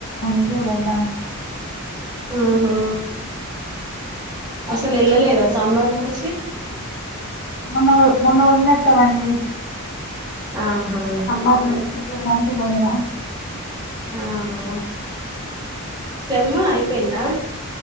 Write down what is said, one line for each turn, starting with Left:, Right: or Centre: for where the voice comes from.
Left: అందుకే పోతాన్నా
Right: ఆహా అసలెళ్ళలేదా సమ్మర్ నుంచి
Left: మొన్న బోయ్ మొన్న బోయినక్క వన్ వీక్
Right: ఆహా
Left: సమ్మర్ నుంచి టూ మంత్స్ కి పోయిన
Right: ఆహా సెమ్ అయిపోయిందా